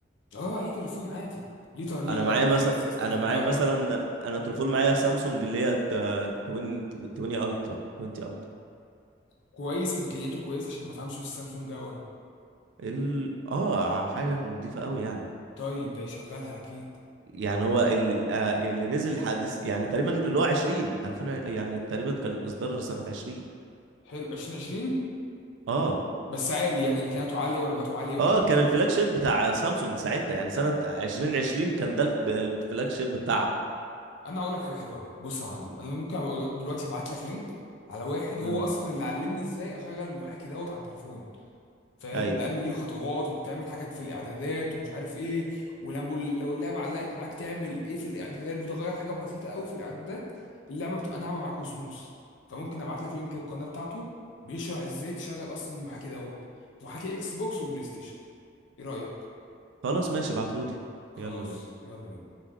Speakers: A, on the left; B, on the right.
A: اه اي تليفون عادي ليه طريقة
B: انا معايا
A: وازاي
B: مثلا
A: تسيستم
B: انا
A: اللعبة
B: معايا مثلا
A: و...
B: انا تليفون معايا سامسونج اللي هي 20 20 الترا 20 الترا
A: كويس امكانياته كويسة عشان ما فهمش في السامسونج اون
B: ال... اه حاجه نظيفه قوي يعني
A: طيب ده يشغلها اكيد
B: يعني هو ال... آه اللي نزل حديث يعني تقريبا اللي هو 20 2000 يعني تقريبا كان اصدار سنه 20
A: حلو 2020
B: اه
A: بس عالي يعني امكانياته عالية ورماته عالية وكده.
B: اه كان الفلاج شيب بتاع سامسونج ساعتها يعني سنه 2020 كان ده الف- الفلاج شيب بتاعها
A: انا هقول لك حاجه حلوه قوي بص يا معلم انا ممكن أبقى دلوقتي ابعت لك لينك على واحد هو
B: امم
A: اصلا اللي علمني ازاي اشغل المحاكي دوت على التليفون فاهم
B: ايوه
A: لان ليه خطوات وبتعمل حاجات في الاعدادات ومش عارف ايه ولما لو اللعبه علقت معاك تعمل ايه في الاعدادات بتغير حاجه بسيطه قوي في الاعدادات اللعبه بتبقى ناعمه معاك وسموث فممكن ابعت لك لينك القناه بتاعته بيشرح ازاي تشغل اصلا المحاكي دوت محاكي اكس بوكس وبلاي ستيشن ايه رايك
B: خلاص ماشي ابعتهولي
A: خلاص
B: يلا بينا
A: يلا بينا